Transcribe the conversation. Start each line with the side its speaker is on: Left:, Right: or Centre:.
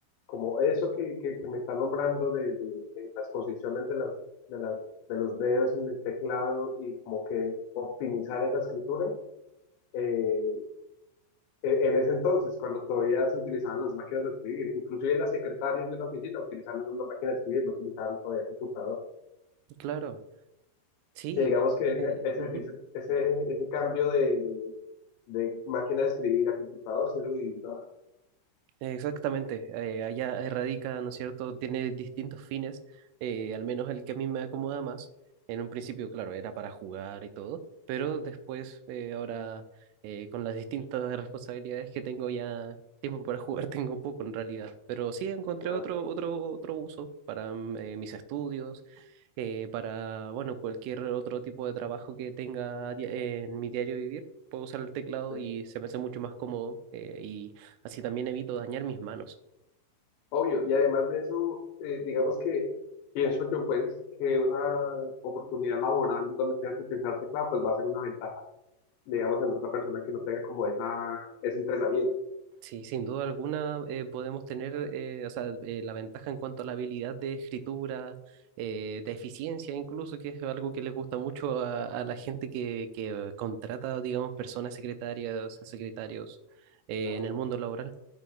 Left: como eso que, que, que me está nombrando de, de- de las posiciones de, las, de, las, de los dedos en el teclado y como que optimizar esa escritura. eh, en en ese entonces, cuando todavía se utilizaban las máquinas de escribir, inclusive las secretarias de una oficina utilizaban una máquina de escribir, no utilizaban todavía computador. O
Right: Claro. Sí.
Left: sea, digamos que ese,
Right: eh,
Left: ese,
Right: ujú.
Left: ese, ese, ese cambio de, de, de máquina de escribir a computador se lo vivió, ¿no?
Right: Exactamente, eh, allá erradica, ¿no es cierto? Tiene distintos fines, eh, al menos el que a mí me acomoda más. En un principio, claro, era para jugar y todo, pero después, eh, ahora, eh, con las distintas responsabilidades que tengo ya, tiempo para jugar <laughs> tengo poco en realidad, pero sí encontré
Left: claro,
Right: otro, otro, otro uso para mm, eh, mis estudios, eh, para, bueno, cualquier otro tipo de trabajo que tenga a dia- en mi diario vivir. Puedo usar el teclado
Left: sí.
Right: y se me hace mucho más cómodo eh, y Así también evito dañar mis manos.
Left: obvio. Y además de eso, eh, digamos que pienso yo, pues, que una oportunidad laboral donde tenga que utilizar teclado, pues va a ser una ventaja, digamos, en otra persona que no tenga como esa, ese entrenamiento,
Right: Sí, sin duda alguna eh, podemos tener eh, o sea, eh, la ventaja en cuanto a la habilidad de escritura, eh, de eficiencia incluso, que es algo que les gusta mucho a, a la gente que, que contrata, digamos, personas secretarias, secretarios eh,
Left: claro.
Right: en el mundo laboral.